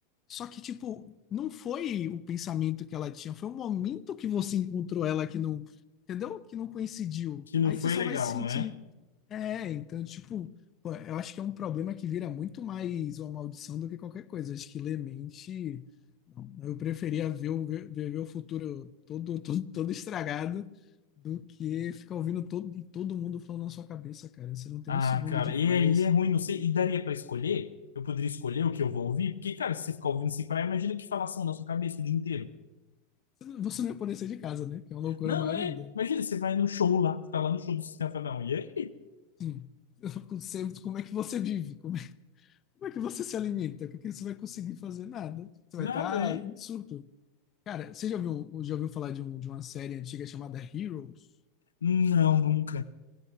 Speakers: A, on the left (about 35°); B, on the left (about 80°).
A: Só que, tipo, não foi o pensamento que ela tinha, foi o momento que você encontrou ela que não, entendeu? Que não coincidiu.
B: que não
A: Aí
B: foi
A: você só
B: legal,
A: vai se sentir.
B: né?
A: É, então, tipo, pô, eu acho que é um problema que vira muito mais uma maldição do que qualquer coisa. Acho que ler mente. não. eu preferia ver, o- ver, ver o futuro todo, todo, todo estragado do que ficar ouvindo todo, todo mundo falando na sua cabeça, cara. Você não tem
B: Ah,
A: um segundo
B: cara,
A: de
B: e,
A: paz.
B: é- e é ruim, não sei. E daria pra escolher? Eu poderia escolher o que eu vou ouvir? Porque, cara, se você ficar ouvindo sem parar, imagina que falação na sua cabeça o dia inteiro.
A: Você não você não ia poder sair de casa, né? Que é uma loucura
B: Não,
A: maior
B: é.
A: ainda.
B: Imagina, você vai no show lá, tá lá no show do Sistema Fadão. E aí?
A: Sim. <laughs> Eu fico sempre, como é que você vive? Como é, como é que você se alimenta? O que que você vai conseguir fazer? Nada. Você vai
B: Nada,
A: estar
B: é?
A: em surto. Cara, você já ouviu, já ouviu falar de, um, de uma série antiga chamada Heroes?
B: Não, nunca.